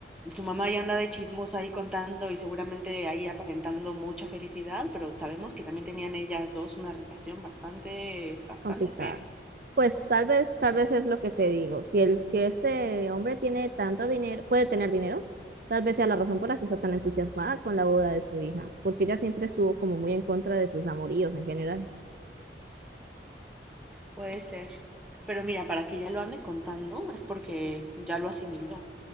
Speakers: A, in the centre; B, on the right (about 50°).
A: su mamá ya anda de chismosa ahí contando y seguramente ahí aparentando mucha felicidad, pero sabemos que también tenían ellas dos una relación bastante, bastante
B: Complicado.
A: fea.
B: Pues tal vez, tal vez es lo que te digo. Si el, si este hombre tiene tanto dinero, puede tener dinero, tal vez sea la razón por la que está tan entusiasmada con la boda de su hija, porque ella siempre estuvo como muy en contra de sus amoríos en general.
A: Puede ser. Pero mira, para que ya lo ande contando es porque ya lo asimiló,